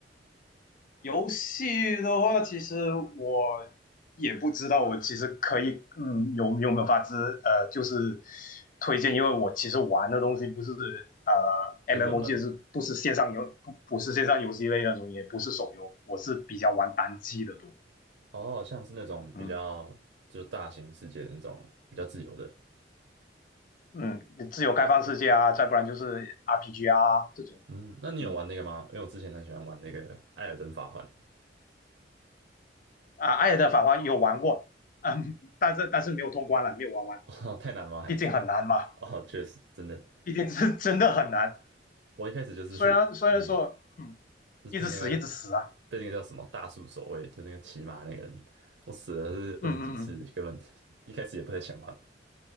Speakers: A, on the left; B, on the right.
A: 游戏的话，其实我也不知道，我其实可以，嗯，有有没有法子，呃，就是推荐，因为我其实玩的东西不是呃 MMOG，
B: 比较冷门的
A: 是不是线上游，不不是线上游戏类那种，也不是手游，我是比较玩单机的多，
B: 哦，像是那种比较就大型世界的那种比较自由的。
A: 嗯嗯，自由开放世界啊，再不然就是 RPG 啊这种的，
B: 嗯，那你有玩那个吗？
A: 嗯
B: 因为我之前很喜欢玩那个《艾尔登法环》
A: 啊，艾尔登法环有玩过，嗯，但是但是没有通关了，没有玩完，
B: 哦，<laughs> 哦太难了吗？还是？
A: 毕竟很难嘛，
B: 哦，确实，真的。
A: 毕竟是真的很难。
B: 我一开始就是嗯，
A: 虽然虽然说，嗯，
B: 就是被那个
A: 一直死一直死啊，
B: 被那个叫什么大树守卫，就那个骑马那个人，我死了是二十几次，
A: 嗯嗯嗯，
B: 根本一开始也不太想玩，